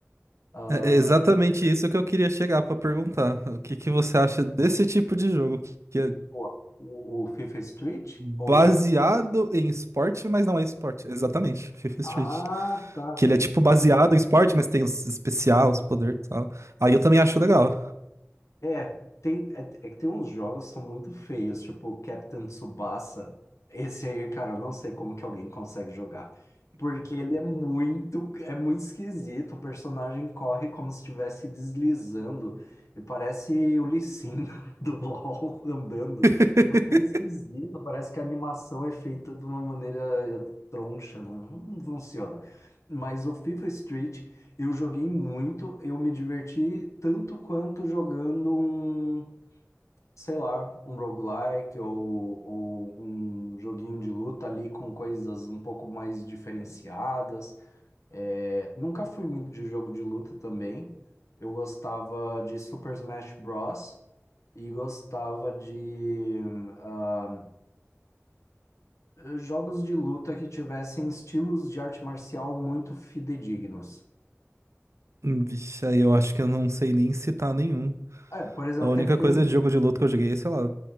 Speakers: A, on the left (about 75°); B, on the right (about 65°).
A: Ah,
B: É é exatamente isso que eu queria chegar pra perguntar. O que que você acha desse tipo de jogo que é
A: o, o o FIFA Street
B: baseado
A: ou...
B: em esporte, mas não é esporte? Exatamente, <laughs> FIFA Street.
A: Ah, tá.
B: Que ele é tipo baseado em esporte, mas tem os especial, os poderes e tal. Aí eu também acho legal.
A: É, tem, é, é que tem uns jogos que são muito feios, tipo Captain Tsubasa. Esse aí, cara, eu não sei como que alguém consegue jogar. Porque ele é muito, é muito esquisito. O personagem corre como se estivesse deslizando. E parece o Lee Sin <laughs> do LoL andando.
B: <laughs>
A: É esquisito, parece que a animação é feita de uma maneira troncha, não, não funciona. Mas o FIFA Street. Eu joguei muito, eu me diverti tanto quanto jogando um, sei lá, um roguelike ou, ou um joguinho de luta ali com coisas um pouco mais diferenciadas. É, nunca fui muito de jogo de luta também. Eu gostava de Super Smash Bros. e gostava de ah, jogos de luta que tivessem estilos de arte marcial muito fidedignos.
B: Hum, Vixe, aí eu acho que eu não sei nem citar nenhum.
A: É, por exemplo,
B: A única
A: Tekken.
B: coisa de jogo de luta que eu joguei é, sei lá,